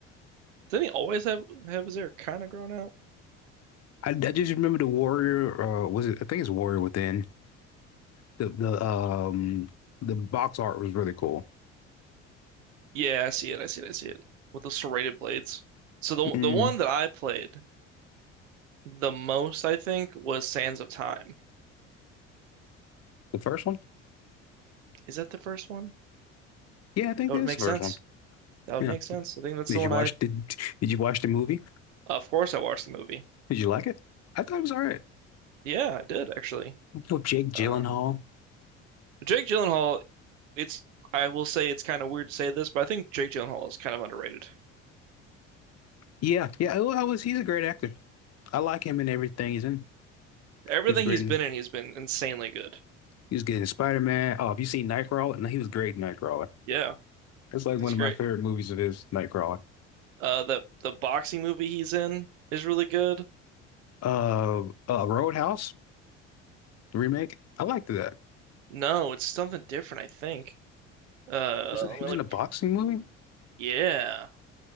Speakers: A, on the right; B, on the left.
A: didn't he always have have his hair kind of grown out?
B: I, I just remember the Warrior uh was it I think it's Warrior Within. The the um the box art was really cool.
A: Yeah, I see it. I see it. I see it with the serrated blades. So the
B: Mm,
A: the one that I played the most, I think, was Sands of Time.
B: the first one?
A: Is that the first one?
B: Yeah, I think
A: That
B: that
A: would
B: is
A: make
B: the
A: sense.
B: first one.
A: That would
B: Yeah.
A: make sense. I think that's
B: Did
A: the one
B: you watch
A: I.
B: the did you watch the movie?
A: Of course, I watched the movie.
B: Did you like it? I thought it was all right.
A: Yeah, I did actually.
B: Oh, Jake Gyllenhaal.
A: Uh, Jake Gyllenhaal. It's. I will say it's kind of weird to say this, but I think Jake Gyllenhaal is kind of underrated.
B: Yeah, yeah. Well, I was. He's a great actor. I like him in everything he's in.
A: Everything
B: He was great
A: he's
B: in.
A: been in, he's been insanely good.
B: He was good in Spider-Man. Oh, have you seen Nightcrawler? No, he was great in Nightcrawler.
A: Yeah,
B: That's like one
A: he's
B: of
A: great.
B: my favorite movies of his, Nightcrawler.
A: Uh, the the boxing movie he's in is really good.
B: Uh, uh, Roadhouse the remake. I liked that.
A: No, it's something different, I think. Uh,
B: Was it- he
A: let me
B: was
A: look.
B: in a boxing movie?
A: Yeah,